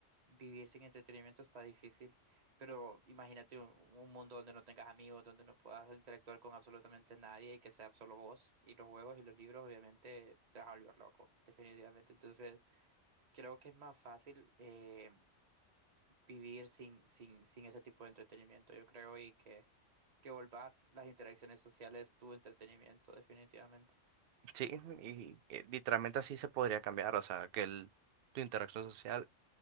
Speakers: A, on the right; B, on the right.
A: Vivir sin entretenimiento está difícil, pero imagínate un, un mundo donde no tengas amigos, donde no puedas interactuar con absolutamente nadie y que sea solo vos y los juegos y los libros, obviamente te vas a volver loco, definitivamente. Entonces, creo que es más fácil eh, vivir sin, sin, sin ese tipo de entretenimiento, yo creo, y que, que volvás las interacciones sociales tu entretenimiento, definitivamente.
B: Sí, y, eh, literalmente así se podría cambiar. O sea, que el- tu interacción social